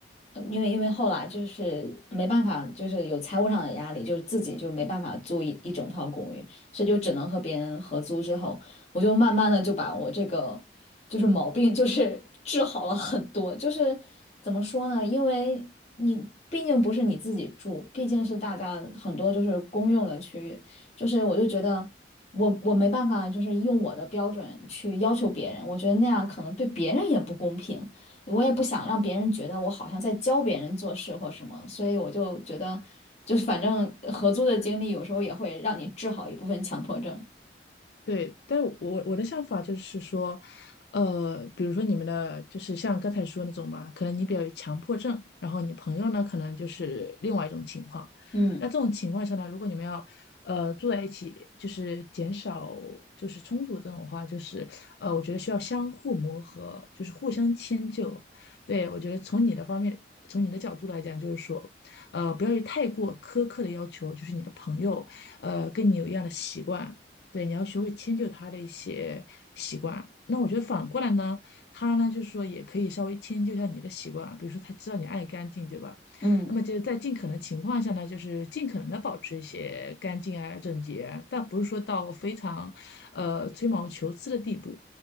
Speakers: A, on the left (about 35°); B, on the left (about 65°).
A: 呃因为因为后来就是没办法，就是有财务上的压力，就是自己就没办法租一一整套公寓，所以就只能和别人合租之后。我就慢慢的就把我这个就是毛病就是 <laughs> 治好了很多，就是怎么说呢？因为你毕竟不是你自己住，毕竟是大家很多就是公用的区域，就是我就觉得我我没办法就是用我的标准去要求别人，我觉得那样可能对别人也不公平，我也不想让别人觉得我好像在教别人做事或什么，所以我就觉得就是反正合租的经历有时候也会让你治好一部分强迫症，
B: 对，但我我我的想法就是说，呃，比如说你们的，就是像刚才说那种嘛，可能你比较有强迫症，然后你朋友呢，可能就是另外一种情况。
A: 嗯
B: 那这种情况下呢，如果你们要呃住在一起，就是减少就是冲突这种话，就是呃，我觉得需要相互磨合，就是互相迁就。对，我觉得从你的方面，从你的角度来讲，就是说，呃，不要有太过苛刻的要求，就是你的朋友，呃，跟你有一样的习惯。对，你要学会迁就他的一些习惯。那我觉得反过来呢，他呢就是说也可以稍微迁就一下你的习惯，比如说他知道你爱干净，对吧？
A: 嗯。
B: 那么就是在尽可能情况下呢，就是尽可能的保持一些干净啊、整洁啊但不是说到非常呃吹毛求疵的地步，